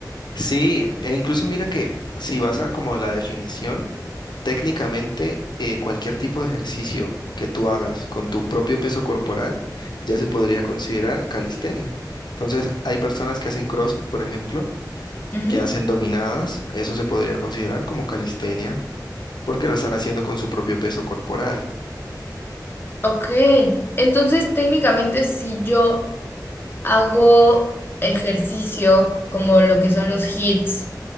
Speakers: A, on the left (about 85°); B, on the left (about 30°).
A: Sí, e incluso mira que si vas a como la definición, técnicamente eh, cualquier tipo de ejercicio que tú hagas con tu propio peso corporal ya se podría considerar calistenia. Entonces, hay personas que hacen CrossFit, por ejemplo,
B: Ujú.
A: que hacen dominadas, eso se podría considerar como calistenia porque lo están haciendo con su propio peso corporal.
B: Ok, entonces técnicamente si yo hago ejercicio como lo que son los hits